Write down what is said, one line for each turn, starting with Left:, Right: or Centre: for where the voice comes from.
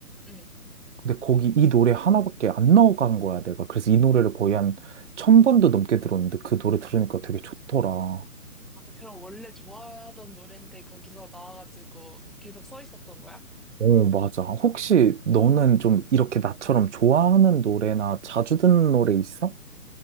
Centre: 응.
Right: 근데 거기 이 노래 하나밖에 안 넣어간 거야, 내가. 그래서 이 노래를 거의 한 천 번도 넘게 들었는데 그 노래 들으니까 되게 좋더라.
Centre: 아, 그럼 원래 좋아하던 노랜데 거기서 나와가지고 계속 서 있었던 거야?
Right: 어, 맞아. 혹시 너는 좀 이렇게 나처럼 좋아하는 노래나 자주 듣는 노래 있어?